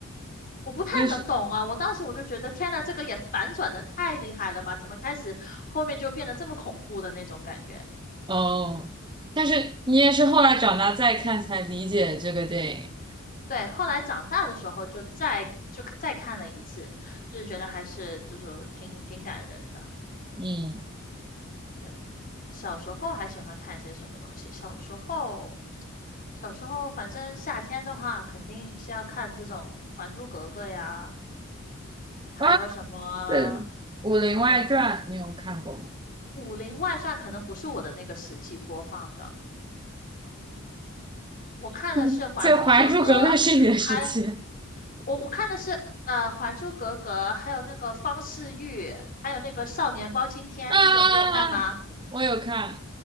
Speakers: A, on the left; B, on the right.
A: 我不太能懂啊，
B: 那是
A: 我当时我就觉得天呐，这个也反转的太厉害了吧，怎么开始后面就变得这么恐怖的那种感觉？
B: 哦？但是你也是后来长大再看才理解这个电影。
A: 对，后来长大的时候就再就再看了一次，就是觉得还是就是挺挺感人的。
B: 嗯
A: 对，小时候还喜欢看些什么东西？小时候，小时候反正夏天的话，肯定是要看这种《还珠格格》呀，还有什么，
B: 啊，对，《武林外传》你有看过吗？
A: 嗯，《武林外传》可能不是我的那个时期播放的，我看的是《还珠格格》，
B: <laughs> 所以《还珠格格》是你的时期
A: 还我我看的是呃《还珠格格》，还有那个方世玉，还有那个《少年包青天》这种，
B: 啊啊啊！
A: 你有看吗？
B: 啊我有看